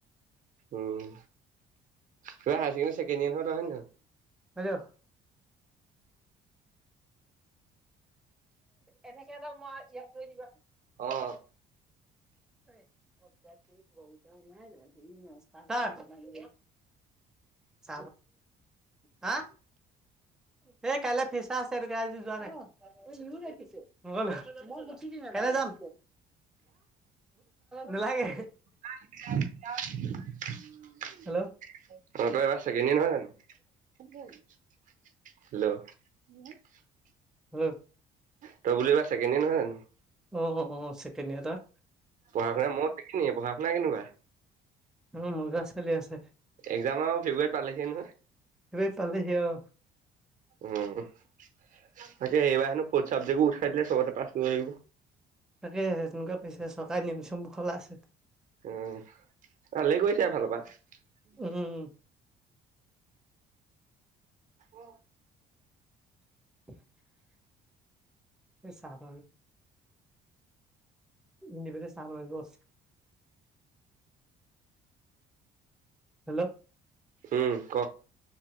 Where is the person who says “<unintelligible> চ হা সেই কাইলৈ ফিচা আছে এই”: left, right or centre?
Centre